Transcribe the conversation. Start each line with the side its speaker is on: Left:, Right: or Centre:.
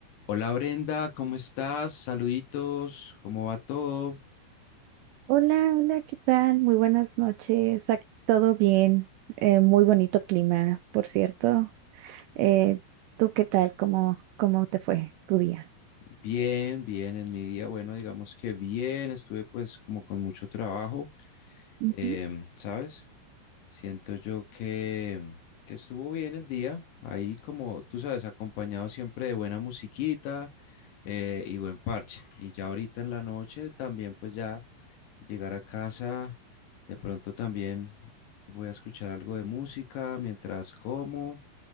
Left: Hola Brenda, ¿cómo estás? Saluditos, ¿cómo va todo?
Right: Hola, hola, ¿qué tal? Muy buenas noches. Ac- Todo bien. Eh, muy bonito clima, por cierto. Eh, ¿tú qué tal? ¿Cómo, cómo te fue tu día?
Left: Bien, bien, en mi día, bueno, digamos que bien, estuve pues como con mucho trabajo,
Right: Ujú.
Left: em, ¿sabes? Siento yo que, que estuvo bien el día, ahí como tú sabes, acompañado siempre de buena musiquita eh, y buen parche. Y ya ahorita en la noche también pues ya llegar a casa, de pronto también voy a escuchar algo de música mientras como.